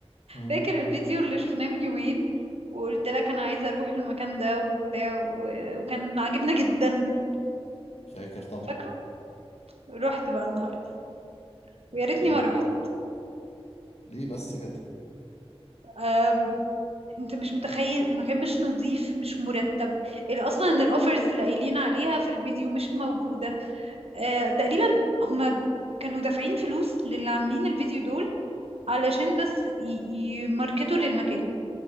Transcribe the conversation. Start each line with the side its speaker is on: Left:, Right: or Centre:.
Left: مم.
Right: فاكر الفيديو اللي شفناه من يومين وقلت لك انا عايزه اروح المكان ده وبتاع و... وكان عاجبنا جدا
Left: شاكر طبعا
Right: فاكره رحت بقى النهارده
Left: اوكي
Right: ويا ريتني ما رحت
Left: ليه بس كده
Right: أم... انت مش متخيل المكان مش نظيف مش مرتب ال- اصلا ان الاوفرز اللي قايلين عليها في الفيديو مش موجوده آه، تقريبا هما كانوا دافعين فلوس للي عاملين الفيديو دول علشان بس ي- يماركتوا للمكان